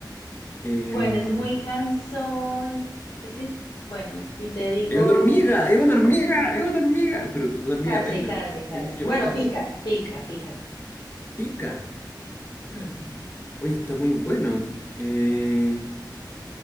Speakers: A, on the left (about 25°); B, on the left (about 70°).
A: Em,
B: Bueno, es muy cansón. Es que, es- bueno, si te digo
A: es una hormiga, es una hormiga, es una hormiga. Pero una hormiga
B: casi,
A: reina,
B: casi,
A: porque
B: casi.
A: tiene que
B: Bueno,
A: volar.
B: pica, pica, pica.
A: Pica.
B: Mm.
A: Oye, está muy bueno. Eh,